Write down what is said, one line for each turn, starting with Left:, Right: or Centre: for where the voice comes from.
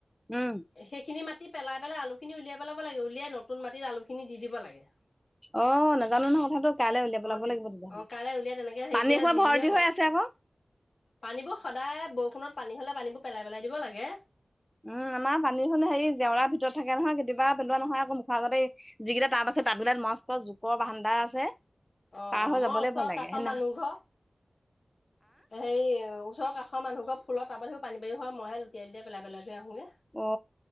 Centre: উম
Left: সেইখিনি মাটি মাটি পেলাই পেলাই আলুখিনি উলিয়াই পেলাব লাগিব উলিয়াই নতুন মাটিত আলুখিনি দি দিব লাগে।
Centre: অ নাজানো নহয় কথাটো কাইলৈ উলিয়াই পেলাব
Left: অ
Centre: লাগিব। তেতিয়াহ'লে
Left: অ কাইলৈ উলিয়াই তেনেকে হেৰিকে
Centre: পানী সোপা
Left: দি
Centre: ভৰ্তি
Left: দিলেই হল
Centre: হৈ আছে আকৌ
Left: পানীবোৰ সদায় ফোনত পানী হ'লে পানীবোৰ পেলাই পেলাই দিব লাগে।
Centre: উম আমাৰ পানী হ'লে হেৰি জেওৰাৰ ভিতৰত থাকে নহয় কেতিয়াবা পেলোৱা নহয় আকৌ মুখৰ আগতে এই যিকেইটা টাব আছে। তাত বোলে মস্ত জোক, বৰ ভান্দা আছে
Left: অ',
Centre: পাৰ
Left: অ',
Centre: হৈ
Left: মই
Centre: যাবলৈ
Left: ওচৰৰ
Centre: ভয় লাগে
Left: কাষৰ
Centre: হেনা,
Left: মানুহ ঘৰ হেৰি ওচৰ কাষৰ মানুহঘৰ ফুলৰ তাবত সি পানী বাৰী হয় মইহে লুটিয়াই লুটিয়াই পেলাই পেলাই দিয়ো।
Centre: অ